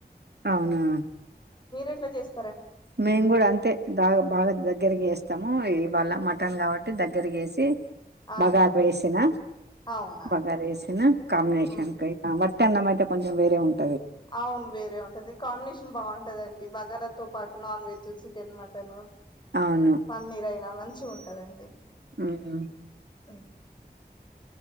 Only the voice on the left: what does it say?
అట్లా చేస్
ఆహా
అవునా
ఉమ్
అవును వేరే ఉంటది కాంబినేషన్ బాగుంటదండి బగారా తో పాటు non veg chicken chicken mutton
పన్నిరైనా మంచ్ మంచిగుంటదండి.
ఉమ్